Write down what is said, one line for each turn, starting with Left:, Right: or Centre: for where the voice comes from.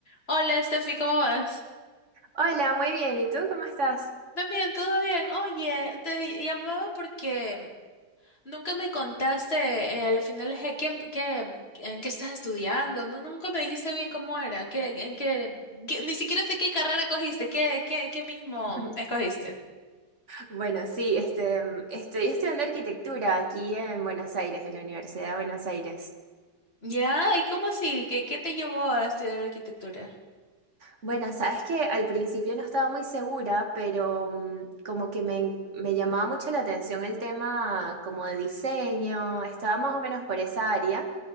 Left: Hola, Steffi, ¿cómo vas?
Right: Hola, muy bien. ¿Y tú cómo estás?
Left: También, todo bien. Oye, te llamaba porque nunca me contaste eh, a la final de qué, qué- en qué estás estudiando. No, nunca me dijiste bien cómo era, qué, en qué, qué- ni siquiera sé qué carrera cogiste, qué, qué, qué mismo
Right: <laughs>
Left: escogiste.
Right: Bueno, sí, este, mm, estoy estudiando arquitectura aquí en Buenos Aires, en la Universidad de Buenos Aires.
Left: Ya, ¿y cómo así? ¿Qué, qué te llevó a estudiar arquitectura?
Right: Bueno, sabes que al principio no estaba muy segura, pero mm, como que me, me llamaba mucho la atención el tema como de diseño, estaba más o menos por esa área,